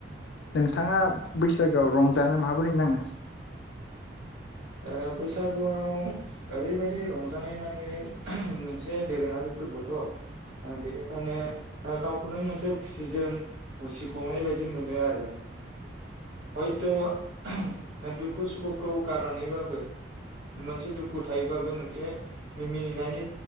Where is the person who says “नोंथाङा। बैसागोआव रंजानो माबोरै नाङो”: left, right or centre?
Left